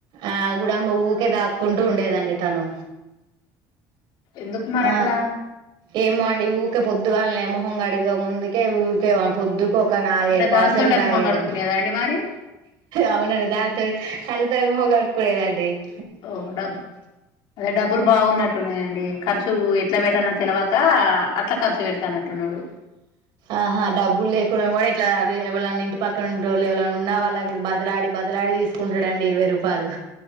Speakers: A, on the right; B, on the left.
A: ఆ గుడుంబా దాక్కుంటూ ఉండేదండి తను
B: ఎందుకు మరి
A: ఆ
B: అట్లా
A: ఏమో అండి ఊరికే పొద్దుగా మొహం కడిగే ముందుకే ఊరికే పొద్దుకో ఒక నాలుగైదు
B: అంటే
A: పవసలు
B: దాంతోటే
A: తాగేదండి
B: మొహం కడుక్కునేదా అండి మరి
A: అవునను దా తల్ తర భోగాడుకుడేద అండి <unintelligible>
B: ఓహో డబ్బు అదే డబ్బులు బాగున్నట్టు న్నాయండి ఖర్చు ఎట్లా పెట్టన్న తెలివాక అట్లా ఖర్చు పెడతానట్టున్నాడు
A: ఆహా డబ్బులు లేకుండా కూడా ఇట్లా ఎవ ఇంటి పక్కన ఉ రోళ్ళు ఎవ ఉన్నా వాళ్ళ బదలాడి బదలాడి తీసుకుంటాడండి ఇరవై రూపాయలు